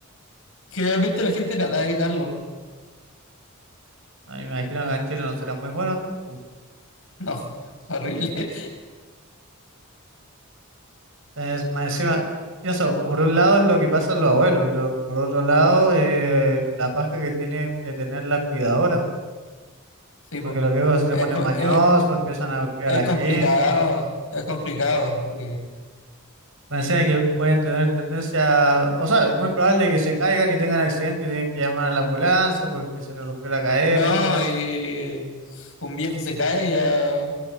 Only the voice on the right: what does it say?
no, y me imagino que en Chile no será muy bueno tampoco.
Es, más encima, pienso, por un lado es lo que pasa a los abuelos, pero por otro lado, eh, la paja que tienen que tener las cuidadoras,
porque
los viejos se
ponen
mañosos,
empiezan a golpear
a la
gente.
Me decía que pueden tener tendencia, o sea, es muy probable que se caigan y tengan accidente y tienen que llamar a la ambulancia porque se les rompió la cadera,
etcétera.